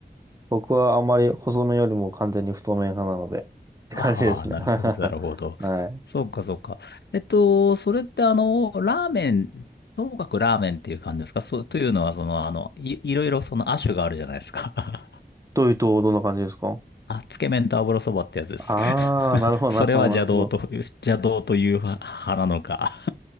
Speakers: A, on the right; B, on the left.
A: 僕はあまり細麺よりも完全に太麺派なので、って感じですね。
B: ああー、なるほど、
A: <laughs>
B: なるほど。
A: はい。
B: そうか、そうか。えっと、それってあの、ラーメン、ともかくラーメンっていう感じですかそう、というのは、その、あの、い、いろいろその亜種があるじゃないですか。
A: というと、どんな感じですか
B: あ、つけ麺と油そばってやつです。
A: ああー、
B: <laughs>
A: なるほど、
B: それは邪道と、
A: なるほど、なるほど。
B: 邪道という派なのか。